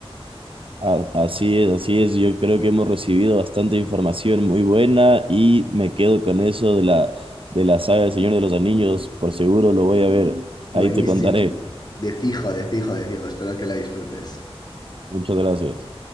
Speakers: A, on the right; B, on the left.
A: A- Así es, así es. Yo creo que hemos recibido bastante información muy buena y me quedo con eso de la, de la saga del Señor de los Anillos. Por seguro lo voy a ver.
B: Buenísimo.
A: Ahí te contaré.
B: De fijo, de fijo, de fijo. Espero que la disfrutes.
A: Muchas gracias.